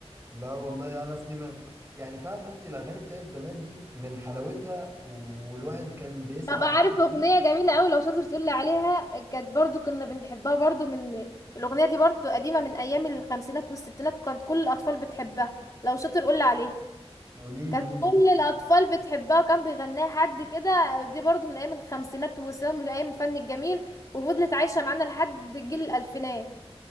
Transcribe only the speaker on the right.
لا والله انا اصلي ما يعني فاهمه انت الاغاني بتاعت زمان دي من حلاوتها و- والواحد كان بيسمع
اغاني
كتير
قولي لي
مين
هي